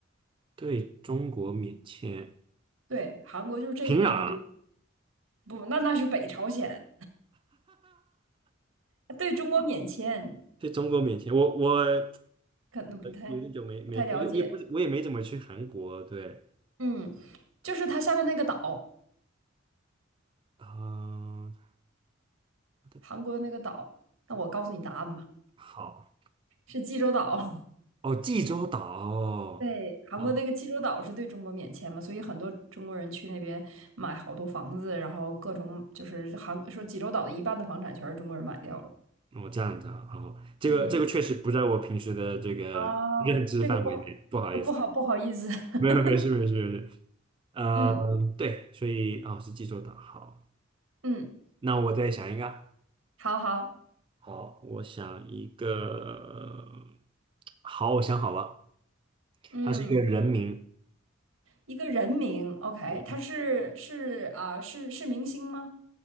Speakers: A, on the right; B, on the right.
A: 对中国免签。
B: 对，韩国就是这个地方对，
A: 平壤
B: 不，那那是北朝鲜，它对中国免签，
A: 在中国面前，我我呃
B: 可能不太
A: 有点久没没我我也不我也没怎么去韩国，
B: 不太了解。
A: 对，
B: 嗯，就是它下面那个岛，
A: 啊、它的
B: 韩国的那个岛。那我告诉你答案吧，
A: 好
B: 是济州岛。
A: 哦，济州岛哦，
B: 对，韩国那个济州岛是对中国免签嘛，
A: 啊，
B: 所以很多中国人去那边买好多房子，然后各种就是韩说济州岛的一半的房产全是中国人买掉了。
A: 我这样的哦，这个这个确实不在我平时的这个
B: 嗯，啊，
A: <laughs> 认知范围内，
B: 这个不好，
A: 不好意思，
B: 不好不好意思。<laughs>
A: 没有没事没事没事，呃，
B: 嗯
A: 对，所以哦是济州岛，好，
B: 嗯，
A: 那我再想一个，
B: 好好，
A: 好，我想一个，好，我想好了，
B: 嗯，
A: 它是一个人名。
B: 一个人名，OK，
A: 嗯
B: 他是是啊、是是明星吗？